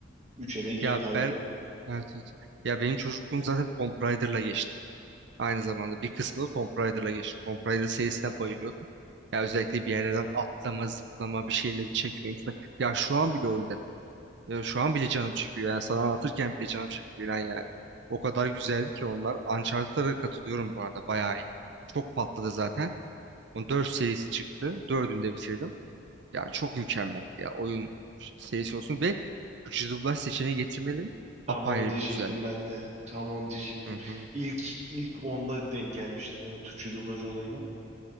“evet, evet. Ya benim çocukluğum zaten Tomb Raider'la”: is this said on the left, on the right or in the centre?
Right